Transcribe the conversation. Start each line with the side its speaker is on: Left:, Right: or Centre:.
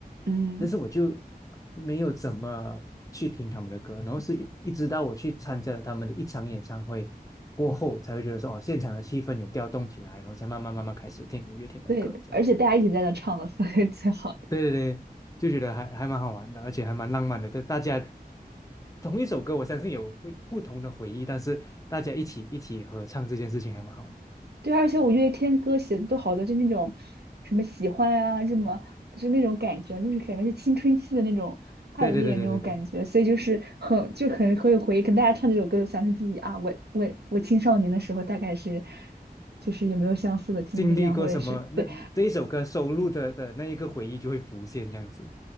Right: 嗯，
Left: 但是我就没有怎么去听他们的歌，然后是一直到我去参加了他们的一场演唱会过后，才会觉得说，哦，现场的气氛有调动起来，然后才慢慢慢慢开始听五月天的歌，
Right: 对的，
Left: 这样子。
Right: 而且大家一起在那唱的，所以最好。
Left: 对对对，就觉得还还蛮好玩的，而且还蛮浪漫的。就大家同一首歌，我相信有会不同的回忆，但是大家一起一起合唱这件事情还蛮好玩。
Right: 对，而且五月天歌写的都好多，就那种什么喜欢啊，什么就那种感觉，就是感觉是青春期的那种爱恋那种感觉，
Left: 对对对对对对，
Right: 所以就是很就很很有回忆。可能大家唱这首歌，想起自己啊，我我我青少年的时候大概是就是有没有相似的经历啊，
Left: 经历过什么，
Right: 或者是对
Left: 那这一首歌收录的的那一个回忆就会浮现这样子。